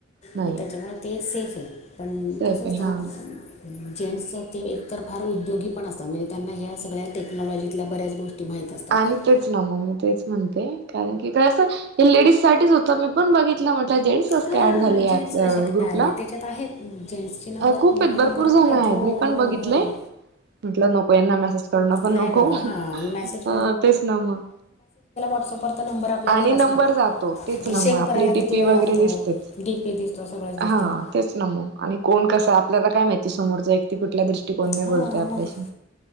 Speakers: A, on the right (about 55°); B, on the left (about 35°).
A: नाही
B: मग त्याच्यामुळे ते सेफ. आहे पण
A: सेफ
B: तसंचत.
A: आहे हा
B: जेंट्स ते एकतर फार उद्योगी पण असतात म्हणजे त्यांना ह्या सगळ्या टेक्नॉलॉजीतल्या बऱ्याच गोष्टी माहीत असतात
A: आणि तेच ना मग मी तेच म्हणते कारण की असं. हे लेडीज साठीच होत मी पण बघितलं म्हटलं जेंट्स कस
B: हां
A: का ऍड झाले
B: जेंट्स कसे काय
A: ग्रुपला
B: आले त्याच्यात आहेत जेंट्सचे नंबर
A: खूप
B: नाव
A: आहेत भरपूर
B: नंबर
A: जण
B: पण आहेत हो
A: मी पण
B: हो
A: बघितलंय
B: हो.
A: म्हटलं नको यांना मेसेज करणं पण
B: नाही
A: नको
B: बाबा हां मॅसेज
A: अ तेच ना मग
B: व्हटसअपवर नंरलाेला
A: आणि नंबर
B: ना.
A: जातो तेच ना
B: सेव्ह
A: आपली
B: करायला
A: टडीपी
B: किती वेळ
A: वगैरे
B: लागतो
A: दिसतेच
B: डी पी दिसतो सगळंच दिसतं
A: हा तेच नम आणि कोण कस आपल्याला काय माहिती समोरच एकती कुठल्या दृष्टिकोनने
B: हां
A: बोलत आपल्याशी
B: मग